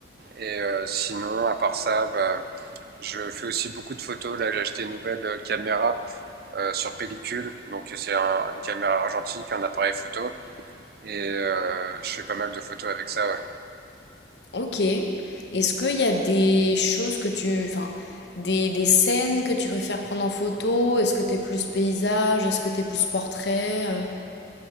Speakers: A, on the right; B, on the left.
A: Et euh, sinon, à part ça, bah, je fais aussi beaucoup de photos. Là, j'ai acheté une nouvelle euh, caméra euh, sur pellicule. Donc c'est un- une caméra argentique, un appareil photo. Et euh, je fais pas mal de photos avec ça, ouais.
B: Ok. Est-ce qu'il y a des choses que tu... Enfin, des, des scènes que tu préfères prendre en photo? Est-ce que t'es plus paysage? Est-ce que t'es plus portrait? Euh,